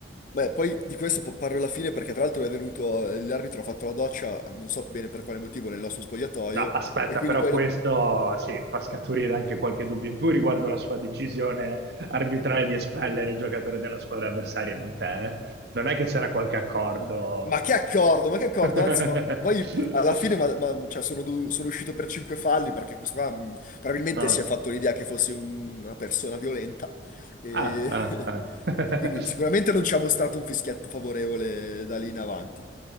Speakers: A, on the left; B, on the right.
A: beh, poi di questo po- parlo alla fine perché tra l'altro è venuto, eh, l'arbitro ha fatto la doccia, non so bene per quale motivo, nel nostro spogliatoio,
B: No, aspetta,
A: e quindi
B: però
A: poi
B: questo sì, fa scaturire anche qualche dubbio in più riguardo la sua decisione arbitrale di espellere il giocatore della squadra avversaria, non te. eh? Non è che c'era qualche accordo?
A: Ma che accordo, ma che accordo,
B: <laughs>
A: anzi, ma poi alla fine ma- ma- cioè, sono, du- sono uscito per cinque falli perché questo qua mh, probabilmente
B: Ah.
A: si è fatto l'idea che fossi un- una persona violenta e,
B: Ah, ah,
A: <laughs>
B: ah. <laughs>
A: e quindi sicuramente non ci ha mostrato un fischietto favorevole da lì in avanti.